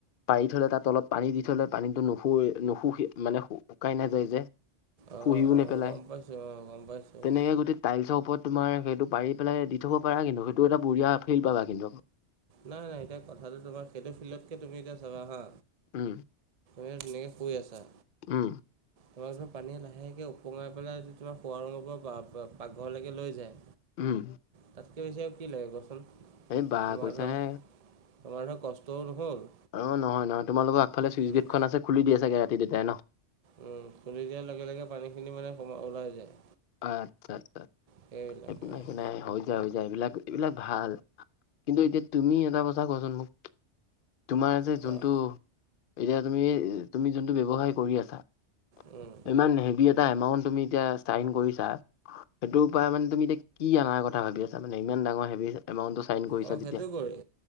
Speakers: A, on the left; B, on the right.
A: পাৰি থলে তাৰ তলত পানী দি থৈলে পানীটো নুশুৱে নুুশু- মানে শু শুকাই নাযায় যে।
B: অ
A: শুহিও
B: অ
A: নেপেলাই
B: গম পাইছো অ গম পাইছো
A: তেনেকে
B: অ।
A: গোটেই টাইলছৰ ওপৰত তোমাৰ সেইটো পাৰি পেলাই দি থব পাৰা কিন্তু, সেইটো এটা বঢ়িয়া ফিপ পাবা কিন্তু
B: নাই নাই। এতিয়া কথাটো তোমাৰ সেইটো ফিল্ডতকে তুমি এতিয়া চাবা হা।
A: উম
B: হে তেনেকে শুই আছা।
A: উম।
B: তোমাক ধৰ পানীয়ে লাহেকৈ ওপঙাই পেলাই যদি তোমাৰ শুৱা ৰুমৰ পৰা পাকঘৰলৈকে লৈ যায়।
A: উম।
B: তাতকৈ বেছি আৰু কি লাগে কচোন
A: এই বা
B: তোমাৰ
A: কৈছাহে
B: ধৰ তোমাৰ ধৰ কষ্টও নহ'ল।
A: অ নহয় নহয় তোমোলোকৰ আগফালে চুইছ
B: উম,
A: গেটখন আছে খুলি দিয়ে চাগে ৰাতি দেতাই ন?
B: উম খুলি দিয়াৰ লগে লগে পানীখিনি মানে সো ওলাই যায়।
A: আচ্ছা আচ্ছা,
B: সেইবিলাকে
A: একো নাই
B: আৰু
A: একো নাই হৈ যায় হৈ যায় এইবিলাক এইবিলাক ভাল কিন্তু এতিয়া তুমি এটা কথা কোৱাচোন মোক? তোমাৰ যে
B: কোৱা
A: যোনটো এতিয়া তুমি তুমি যোনটো ব্যৱসায় কৰি আছা।
B: উম।
A: ইমান হেভি এটা এমাউণ্ট তুমি এতিয়া চাইন কৰিছা, সেইটোৰ পৰা মানে তুমি এতিয়া কি অনাৰ কথা ভাবি আছা মানে ইমান ডাঙৰ হেভি চা- এমাউন্টটো চাইন কৰিছা
B: অ'
A: যেতিয়া?
B: সেইটো কৰি